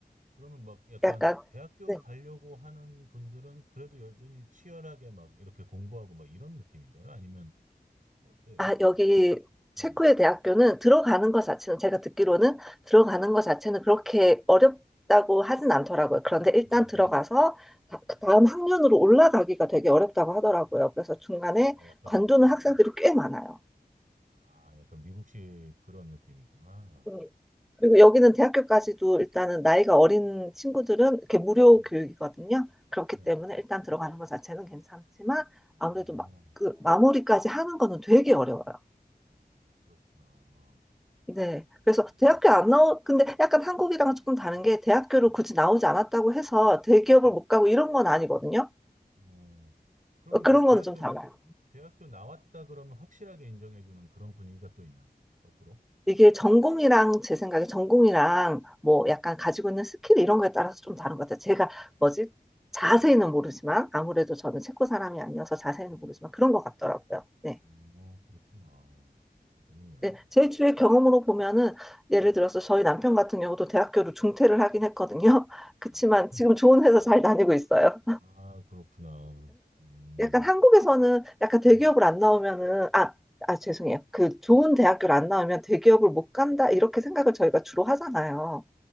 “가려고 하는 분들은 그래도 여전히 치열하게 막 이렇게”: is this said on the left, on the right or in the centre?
Right